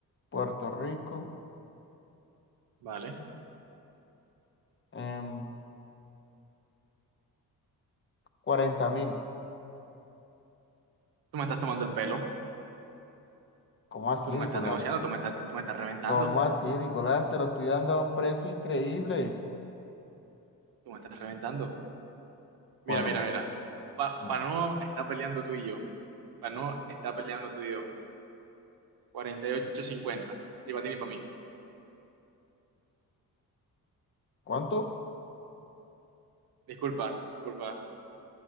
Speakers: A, on the left (about 35°); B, on the right (about 80°).
A: Puerto Rico
B: ¿Vale?
A: en cuarenta mil.
B: Tú me estás tomando el pelo.
A: ¿Cómo así,
B: Tú no
A: Nicolás?
B: me estás negociando. Tú me estás, tú me estás reventando.
A: ¿Cómo así, Nicolás? Te lo estoy dando a un precio increíble.
B: Tú me estás reventando. Mira,
A: Bueno,
B: mira, mira. Pa
A: mm,
B: Pano está peleando tú y yo. Pano está peleando tú y yo. cuarenta y ocho cincuenta, Ni para ti ni para mí.
A: ¿cuánto?
B: Disculpa, disculpa.